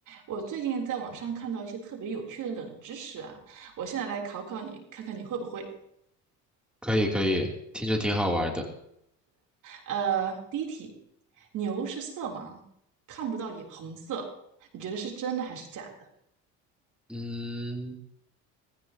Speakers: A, on the right (about 60°); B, in the centre.
A: 我最近在网上看到一些特别有趣的冷知识啊，我现在来考考你，看看你会不会。
B: 可以可以，听着挺好玩的。
A: 呃，第一题，牛是色盲，看不到也红色，你觉得是真的还是假的？
B: 嗯，